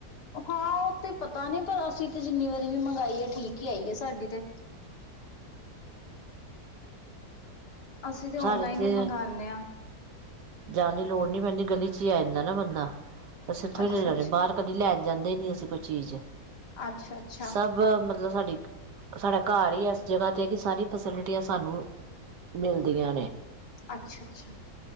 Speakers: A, on the left; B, on the right.
A: ਹਾਂ ਉਹ ਤੇ ਪਤਾ ਨੀ ਪਰ, ਅਸੀਂ ਤੇ ਜਿੰਨੀ ਵਾਰੀ ਵੀ ਮੰਗਾਈ ਐ ਠੀਕ ਹੀ ਆਈ ਐ ਸਾਡੀ ਤੇ ਅਸੀਂ ਤੇ ਔਨਲਾਈਨ
B: ਸਾਡੇ ਤੇ
A: ਈ ਮੰਗਾਨੇ ਆ।
B: ਜਾਣ ਦੀ ਲੋੜ ਨੀ ਪੈਂਦੀ ਗਲੀ ਚ ਹੀ ਆ ਜਾਂਦਾ ਨਾ ਬੰਦਾ, ਅਸੀਂ ਉੱਥੋਂ
A: ਅੱਛਾ
B: ਹੀ ਲੈ ਲਣੇ
A: ਅੱਛਾ
B: ਬਾਹਰ ਕਦੀ ਲੈ ਜਾਂਦੇ ਨੀ ਅਸੀਂ ਕੋਈ ਚੀਜ਼
A: ਅੱਛਾ ਅੱਛਾ
B: ਸਭ ਮਤਲਬ ਸਾਡੀ ਸਾਡਾ ਘਰ ਈ ਐਸ ਜਗਾ ਤੇ ਐ ਕਿ ਸਾਰੀਆਂ ਫੈਸਿਲਿਟੀਆਂ ਸਾਨੂੰ ਮਿਲਦੀਆਂ ਨੇ
A: ਅੱਛਾ-ਅੱਛਾ